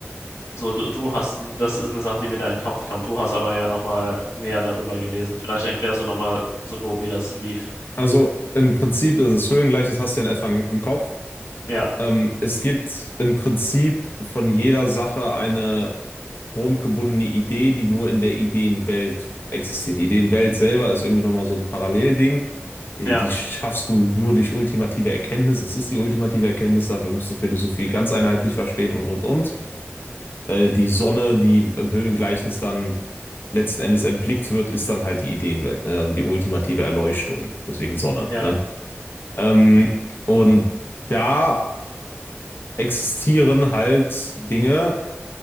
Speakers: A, on the left (about 80°); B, on the left (about 50°).
A: So, du, du hast, das ist eine Sache, die mir da in den Kopf kommt. Du hast aber ja nochmal mehr darüber gelesen. Vielleicht erklärst du nochmal so grob, wie das lief.
B: also im Prinzip ist das Höhengleichnis hast du ja in etwa im Kopf.
A: Ja,
B: Ähm, es gibt im Prinzip von jeder Sache eine grundgebundene Idee, die nur in der Ideenwelt existiert. Die Ideenwelt selber ist irgendwie nochmal so ein Parallelding. Äh,
A: ja,
B: Die schaffst du nur durch ultimative Erkenntnis. Es ist die ultimative Erkenntnis, dafür musst du Philosophie ganz einheitlich verstehen und und und. Äh, die Sonne, die im Höhlengleichnis dann letzten Endes erblickt wird, ist dann halt die Ideenwelt, ne? Also die ultimative Erleuchtung, deswegen Sonne,
A: ja,
B: ne? Ähm, und da existieren halt Dinge